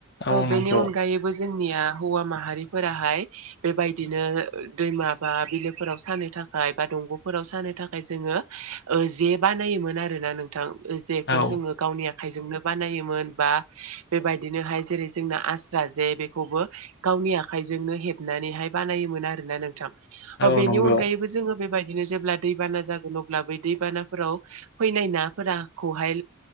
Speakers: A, on the left (about 50°); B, on the right (about 75°).
A: औ
B: बेनि
A: नंगौ
B: अनगायैबो जोंनिया हौवा माहारिफोराहाय बेबायदिनो दैमा बा बिलोफोराव सानो थाखाय बा दंग'फोराव सानो थाखाय जोङो जे बा नायोमोन आरोना नोंथां जेखौ
A: औ
B: जोङो गावनि आ आखाइजोंनो बानायोमोन बा बेबायदिनोहाय जेरै जोंना आस्रा जे बेखौबो गाव आंनि आखाइजोंनो हेबनानैहाय बानायोमोन आरो नोंथां
A: औ
B: बेनि
A: नंगौ
B: अनगायैबो जोङो बेबायदिनो जेब्ला दैबाना जाग अब्ला बै दैबानाफोराव फैनाय नाफोराखौहाय